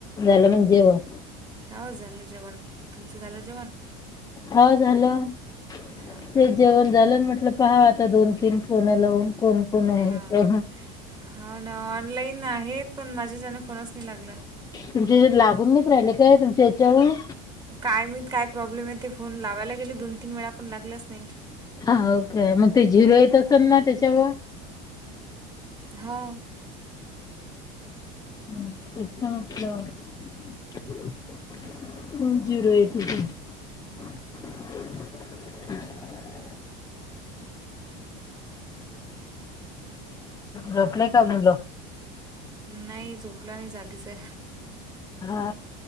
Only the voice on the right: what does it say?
हो हो झालं जेवण तुमचं झालं जेवण
हां ओके
हां
हा ना ऑनलाईन आहेत पण माझ्या चने फोनच नाही लागला
काय माहीत काय प्रॉब्लेम आहे ते फोन लावायला गेले दोन तीन वेळा पण लागलाच नाही
हा.
नाही झोपलाने जगिसे